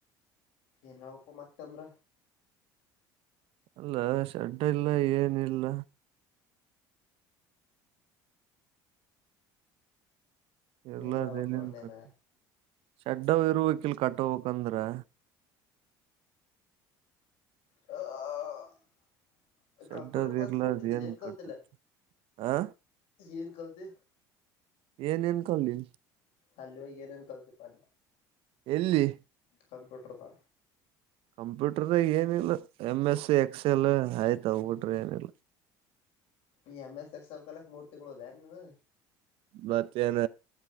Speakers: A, on the left; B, on the right.
A: ಏನ್ವುಕ್ಕು ಮತ್ತ ಅಂದ್ರ
B: ಅಲ್ಲ ಶೆಡ್ಡ್ ಇಲ್ಲ ಏನಿಲ್ಲ ಎಲ್ಲ
A: ಏನ್ ಹೇಳ್ಬೇಕ
B: ಅದೇನೆನ್
A: ನೋಡಣ್ಣ
B: ಕಟ್ಟ್ ಶೆಡ್ಡು ಇರುವಕಿಲ್ ಕಟ್ಟೋಬೇಕಂದ್ರ.
A: ಹ
B: ಶೆಡ್ಡದ್
A: ಕಂಪ್ಯೂಟರ್ ಕ್ಲಾಸ್
B: ಇರ್ಲಾರ್ದ
A: ಹೊಂಟಿದ್ದಲ್ಲ್ ಏನ್ ಕಲ್ತೆಲ್ಲಿ
B: ಕಟ್ಟತ್ ಆ
A: ಏನ್ ಕಲ್ತಿ
B: ಏನೇನ್ ಕಲಿ
A: ಅಲ್ಲೋಗ್ ಏನೇನ್ ಕಲ್ತಿ ಪಾಠ
B: ಎಲ್ಲಿ
A: ಕಂಪ್ಯೂಟರ್ದಾ.
B: ಕಂಪ್ಯೂಟರ್ದಾಗ್ ಏನಿಲ್ಲ ಎಮ್ ಎಸ್ಸು ಎಕ್ಸೆಲ್ ಆಯ್ತ್ ಅವ್ ಬಿಟ್ರೆ ಏನಿಲ್ಲ.
A: ಈ ಎಮ್ ಎಸ್ ಎಕ್ಸೆಲ್ ಕಲ್ಯಕ್ ಮೂರ್ತಿಂಗಳ್ ಹೋದ ನೀನು?
B: ಬ ತೇರ